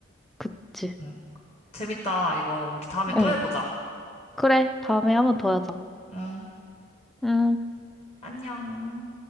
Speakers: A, in the centre; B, on the left (about 30°).
A: 그치.
B: 음, 재밌다. 이거 우리 다음에
A: 어.
B: 또 해보자.
A: 그래, 다음에 한번 더 하자.
B: 응,
A: 음.
B: 안녕.